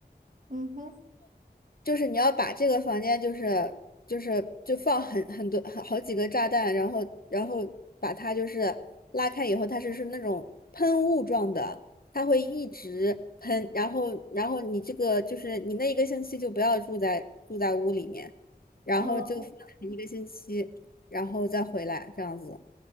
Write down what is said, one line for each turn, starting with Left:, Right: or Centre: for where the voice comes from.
Right: 嗯哼，
Left: 就是你要把这个房间就是就是就放很很多很好几个炸弹，然后然后把它就是拉开以后，它是是那种喷雾状的，它会一直喷，然后然后你这个就是你那一个星期就不要住在住在屋里面，然后就放一个星期，
Right: 哦。
Left: 然后再回来这样子。